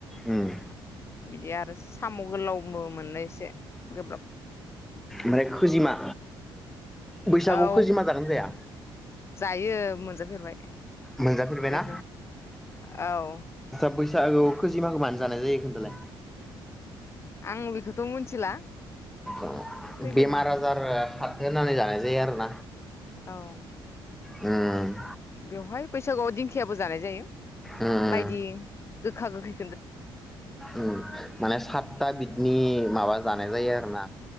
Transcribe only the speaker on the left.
बिदि आरो सामु गोलावबो मोननो एसे गोब्राब
औ
जायो मोनजाफेरबाय
खैजौ औ
आं बेखौथ' मिथिला
खैजोमाखौ
औ
बेवहाय बैसागुआव दिंखियाबो जानाय जायो
बायदि गो खा गोखै